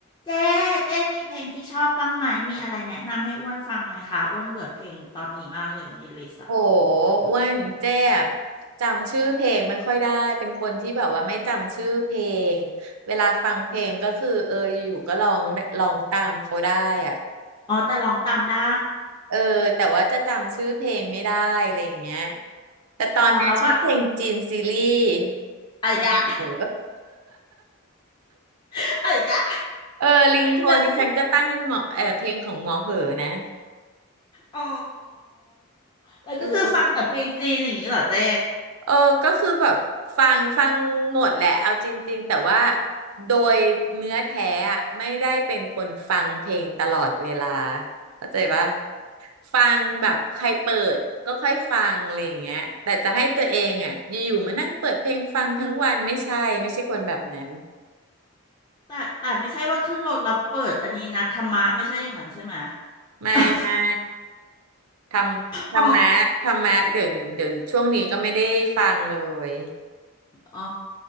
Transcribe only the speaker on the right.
โหอ้วนเจ๊อะจำชื่อเพลงไม่ค่อยได้เป็นคนที่แบบว่าไม่จำชื่อเพลงเวลาฟังเพลงก็คือเอออยู่ๆก็ร้องร้องตามเขาได้อ่ะ
เออแต่ว่าจะจำชื่อเพลงไม่ได้อะไรอย่างเงี้ยแต่ตอนนี้ชอบเพลงจีนซีรีส์
หมอเหอ
<laughs> เออลิงโทนดิฉันก็ตั้งเป็นหมอเออเพลงของหมอเหอนะ
เออ เออก็คือแบบฟังฟังหมดแหละเอาจริงๆแต่ว่าโดยเนื้อแท้อะไม่ได้เป็นคนฟังเพลงตลอดเวลาเข้าใจปะฟังแบบใครเปิดก็ค่อยฟังอะไรอย่างเงี้ยแต่จะให้ตัวเองอ่ะอยู่ๆมานั่งเปิดเพลงฟังทั้งวันไม่ใช่ไม่ใช่คนแบบนั้น
ไม่ไม่
ทำธรรมะธรรมะเดี๋ยวเดี๋ยวช่วงนี้ก็ไม่ได้ฟังเลย